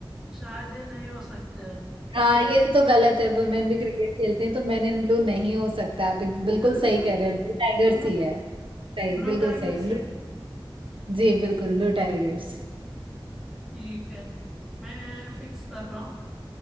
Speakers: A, in the centre; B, on the right.
A: शायद ये नहीं हो सकते हैं
B: हाँ ये तो गलत है वुमेन भी क्रिकेट खेलते हैं तो मैन इन ब्लू नहीं हो सकता आप एक- बिल्कुल
A: <laughs>
B: सही कह रहे हैं ब्लू टाइगर्स ही है सही
A: ब्लू
B: बिल्कुल
A: टाइगर
B: सही ब्लू
A: सी
B: जी बिल्कुल ब्लू टाइगर्स
A: ठीक है मैं फिक्स कर रहा